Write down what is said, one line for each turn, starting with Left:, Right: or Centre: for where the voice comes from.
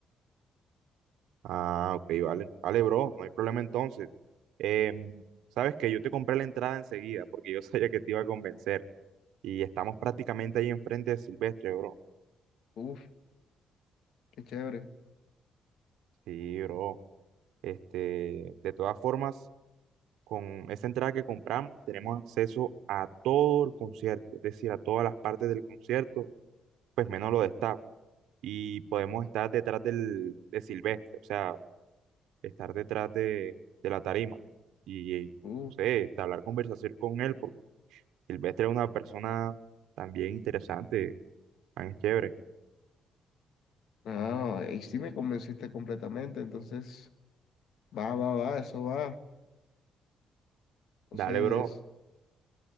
Right: Ah, ok, vale. Vale, bro, no hay problema entonces. Em, sabes que yo te compré la entrada enseguida porque yo <laughs> sabía que te iba a convencer. Y estamos prácticamente ahí enfrente de Silvestre, bro.
Left: Uf, qué chévere.
Right: Sí, bro. Este, de todas formas, con esa entrada que compramos, tenemos acceso a todo el concierto, es decir, a todas las partes del concierto, pues menos lo de staff. Y podemos estar detrás del, de Silvestre, o sea, estar detrás de, de la tarima. Y, no
Left: Uf,
Right: sé, entablar conversación con él. Silvestre es una persona también interesante, man, es chévere.
Left: no, ahí sí me convenciste completamente, entonces va, va, va, eso va.
Right: Dale,
Left: Entonces
Right: bro,